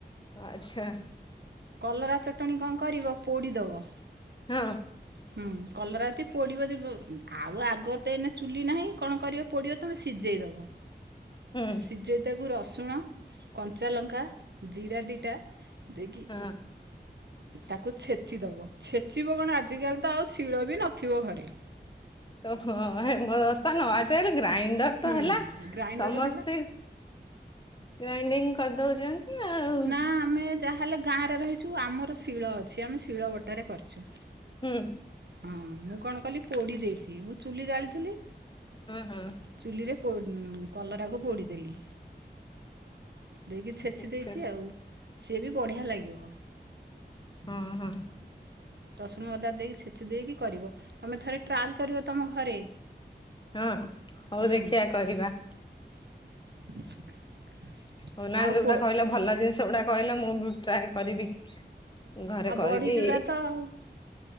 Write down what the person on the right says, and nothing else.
କଲରା ଚଟଣି କଣ କରିବ ପୋଡ଼ିଦବ।
ହୁଁ, କଲରା ଏତେ ପୋଡ଼ିବ ଯେ ବ୍ ଆଉ ଆଗତେ ଏଇନା ଚୁଲି ନାହିଁ କଣ କରିବ ପୋଡ଼ିବ ତୁମେ ସିଝେଇଦବ।
ସିଝେଇ ତାକୁ ରସୁଣ, କଞ୍ଚାଲଙ୍କା ଜିରା ଦିଟା, ଦେଇକି
ତାକୁ ଛେଚିଦବ ଛେଚିବ କଣ ଆଜିକାଲି ତ ଆଉ ଶିଳ ବି ନଥିବ ଘରେ। <inaudible>
ହୁଁ
ଗ୍ରାଇଣ୍ଡର
ହେଲା।
ନା ଆମେ ଯାହାହେଲେ ଗାଁରେ ରହିଛୁ। ଆମର ଶିଳ ଅଛି, ଆମେ ଶିଳ ବଟାରେ କରିଛୁ।
ହଁ, ମୁଁ କଣ କଲି ପୋଡ଼ି ଦେଇଥିଲି। ମୁଁ ଚୁଲି ଜାଳିଥିଲି।
ଚୁଲିରେ ପୋ କଲରାକୁ ପୋଡ଼ିଦେଲି। ଦେଇକି ଛେଚି
ଦେଇଛି। ହୁଁ, ସିଏ ବି ବଢିଆ ଲାଗିବ।
ରସୁଣ ଅଦା ଦେଇକି ଛେଚି ଦେଇକି କରିବ। ତମେ ଥରେ ଟ୍ରାଏଲ୍ କରିବ ତମ ଘରେ।
ହୁଁ
<unintelligible>
ଆଉ
କୋ
ଆଉ
ବଢ଼ି ଚୁରା ତ